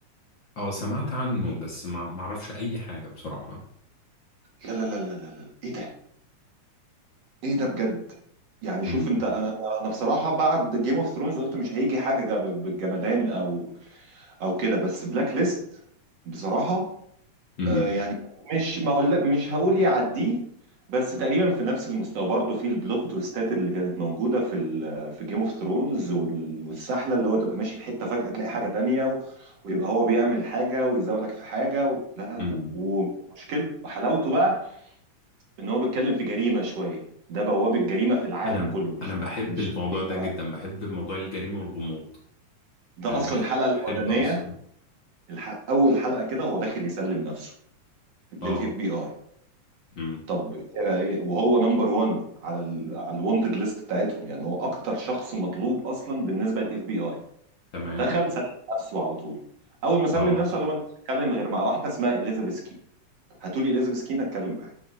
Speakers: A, on the left; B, on the right.
A: اه سمعت عنه بس ما ما أعرفش أي حاجة بصراحة
B: لا لا لا لا لا لا. إيه ده ايه ده بجد يعني
A: امم
B: شوف انت انا انا بصراحه بعد جيم اوف ثرونز قلت مش هيجي حاجه جا- بالجمدان او او كده بس بلاك ليست بصراحه
A: امم
B: آه يعني مش ما اقول لك مش هقول يعديه بس تقريبا في نفس المستوى برضه في البلوت تويستات اللي كانت موجوده في ال في جيم اوف ثرونز والسحله اللي هو تبقى ماشي في حته فجاه تلاقي حاجه تانية و... ويبقى هو بيعمل حاجه ويزاولك في حاجه و... لا لا لا
A: امم
B: ومشكله وحلاوته بقى ان هو بيتكلم في جريمه شويه ده بوابه جريمه في العالم
A: أنا
B: كله مش
A: أنا بحب
B: مش
A: الموضوع
B: في امريكا
A: ده جدا
B: بقى
A: بحب موضوع الجريمة والغموض
B: ده
A: يعني
B: اصلا
A: بحب
B: الحلقه الاولانيه
A: بحب أصلا
B: الح... اول حلقه كده هو داخل يسلم نفسه
A: اه
B: للاف بي اي
A: امم
B: طب ايه إيه؟ وهو نمبر 1 على ال على الوانتد ليست بتاعتهم يعني هو اكتر شخص مطلوب اصلا بالنسبه للاف بي اي
A: تمام
B: دخل سلم نفسه على طول اول ما سلم
A: اه
B: نفسه قال لهم انا مش هتكلم غير مع واحده اسمها اليزابيث كين هاتولي اليزابيث كين اتكلم معاها